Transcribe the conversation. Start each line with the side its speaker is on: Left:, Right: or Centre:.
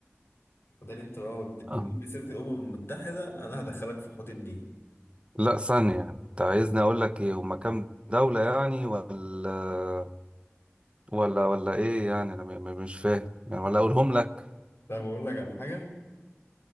Left: ده انت لو بتجيب
Right: آه.
Left: لي سيره الامم المتحده انا هدخلك في حوض النيل
Right: لا ثانية يعني. انت عايزني اقول لك ايه هما كام دولة يعني ولا ولا ولا ايه يعني انا م- م- مش فاهم يعني ولا اقولهم لك
Left: طب اقول لك على حاجه